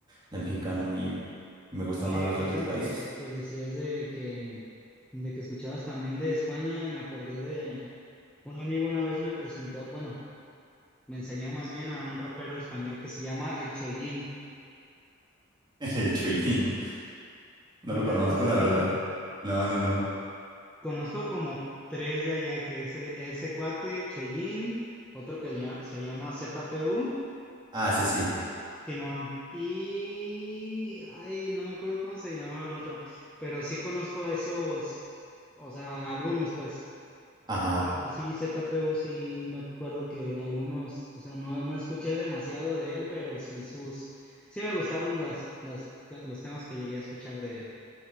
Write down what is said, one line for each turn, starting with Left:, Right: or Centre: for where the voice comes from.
Right: del mexicano
Centre: ya, ya.
Right: y me gustan
Centre: Oye,
Right: más los
Centre: y ahorita
Right: de otros países.
Centre: que, que decías de que, de que escuchabas también de España, me acordé de un amigo una vez me presentó, bueno, me enseñó más bien a un rapero español que se llama El Chollín.
Right: <laughs> El chollín, no
Centre: ¿Nunca
Right: lo conozco,
Centre: lo has escuchado?
Right: la verdad. No, no, no.
Centre: Conozco como tres de allá, que es e- ese cuate, el Chollín, otro que ya se llama Z P U
Right: Ah, ese sí.
Centre: Simón, y... Ay, no me acuerdo cómo se llamaba el otro, pero sí conozco a esos, o sea, algunos pues,
Right: Ajá.
Centre: pero sí, Z P U sí me acuerdo que algunos, o sea, no, no escuché demasiado de él, pero sí sus, sí me gustaron las, las, los temas que llegué a escuchar de él.